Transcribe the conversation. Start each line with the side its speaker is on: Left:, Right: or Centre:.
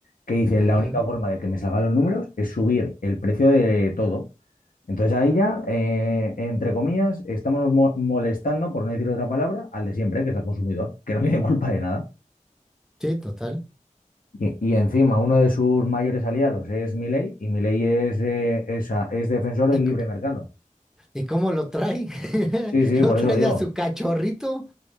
Left: que dice,
Centre: ujú.
Left: la única forma de que me salgan los números es subir el precio de todo. Entonces ahí ya, eh, entre comillas, estamos mo- molestando, por no decir otra palabra, al de siempre, que es al consumidor, que no tiene culpa de nada.
Centre: Sí, total.
Left: Y, y encima uno de sus mayores aliados es Milei y Milei es, eh, es, es defensor del
Centre: ¿Y, c-
Left: libre mercado.
Centre: y cómo lo trae? <laughs>
Left: Sí, sí,
Centre: Lo
Left: por
Centre: trae
Left: eso digo.
Centre: de a su cachorrito.